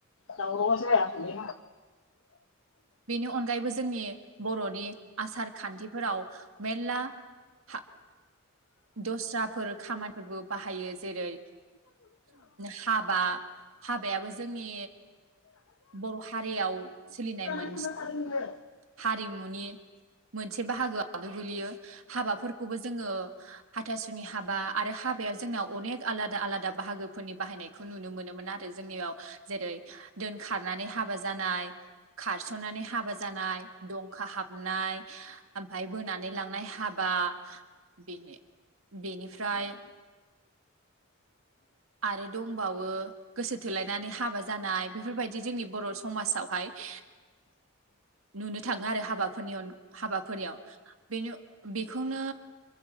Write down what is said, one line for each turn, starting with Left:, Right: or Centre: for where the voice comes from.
Left: दावरावआ जायाखैलै
Right: बेनि अनगायैबो जोंनि बर'नि आसार खान्थिफोराव मेरला फा दस्राफोर खामानिबो बाहायो जेरै हाबा हाबायाबो जोंनि बर' हारियाव सोलिनाय मोन
Left: <inaudible>
Right: हारिमुनि मोनसे बाहागोआव गोलैयो हाबाफोरखौबो जोङो हाथासुनि हाबा आरो हा हाबायाव जोंनाव अनेक आलादा आलादा बाहागोफोरनि बाहायनायखौ नुनो मोनोमोन आरो जोंनियाव जेरै दोनखारनानै हाबा जानाय खार सननानै हाबा जानाय दंखा हाबनाय ओमफाय बोनानै लांनाय हाबा बेनो बेनिफ्राय आरो दंबावो गोसो थोलायनानै हाबा जानाय बेफोरबायदि जोंनि बर' समाजावहाय। <inaudible> नुनो थाङो आरो हाबाफोरनि हाबाफारियाव बेनो बेखौनो।